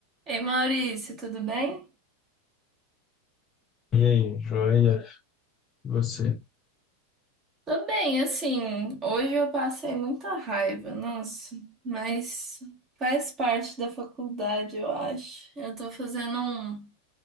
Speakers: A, on the right; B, on the left.
A: Ei, Maurício, tudo bem?
B: E aí, joia? E você?
A: Tô bem, assim, hoje eu passei muita raiva, nossa, mas faz parte da faculdade, eu acho. Eu tô fazendo um